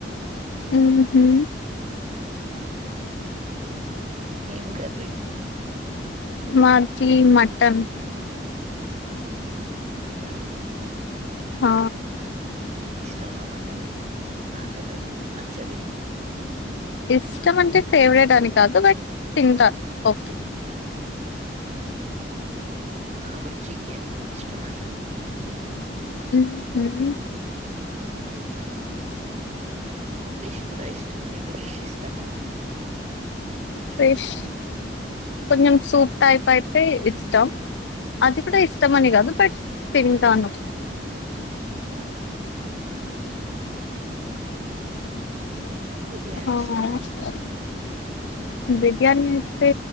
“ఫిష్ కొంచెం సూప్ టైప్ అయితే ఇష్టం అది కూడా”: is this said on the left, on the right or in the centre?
Left